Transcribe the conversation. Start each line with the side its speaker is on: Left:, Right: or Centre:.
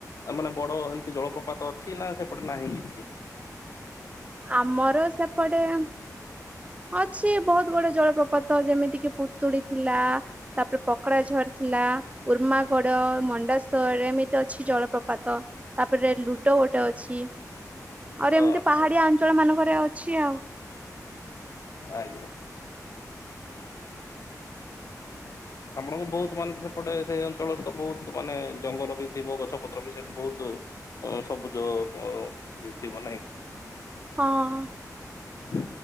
Left: ଆ ମାନେ ବଡ ଏମିତି ଜଳପ୍ରପାତ ଅଛି ନା ସେପଟେ ନାହିଁ କିଛି?
Right: ଆମର ସେପଟେ- ଅଛି ବହୁତ ଗୁଡେ ଜଳପ୍ରପାତ ଯେମିତି କିି ପୁତୁଡି ଥିଲା ତାପରେ ପକଡା ଝର ଥିଲା ଉର୍ମାଗଡ, ମଣ୍ଡାଶରରେ ଏମିତି ଅଛି ଜଳପ୍ରପାତ। ତାପରେ ଲୁଡୋ ଗୋଟେ ଅଛି ଆହୁରି
Left: ହଁ
Right: ଏମିତି ପାହାଡିଆ ଅଞ୍ଚଳମାନଙ୍କରେ ଅଛି ଆଉ।
Left: ଆଜ୍ଞା। ତମର ବି ବହୁତ ମାନେ ସେପଟେ ସେଇ ଅନ୍- ଅଞ୍ଚଳରେ ତ ବହୁତ ମାନେ ଜଙ୍ଗଲ ବି ଥିବ ଗଛ ପତ୍ର ବି ସେଠି ବହୁତ ଅ ସବୁଜ ଅ ଇଏ ଥିବ ନାହିଁ?
Right: ହଁ ହଁ।
Left: ହଁ